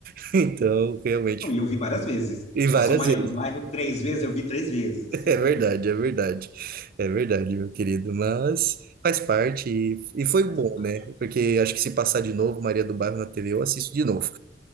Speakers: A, on the right; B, on the left.
A: <laughs> Então, realmente.
B: Não, E eu vi várias vezes.
A: E várias
B: Passou Maria
A: vezes.
B: do Bairro três vezes, eu vi três vezes.
A: É
B: assim.
A: verdade, é verdade. É verdade, meu querido. Mas faz parte e, e foi
B: Faz
A: bom,
B: parte.
A: né? Porque acho que se passar de novo Maria do Bairro na TV, eu assisto de novo.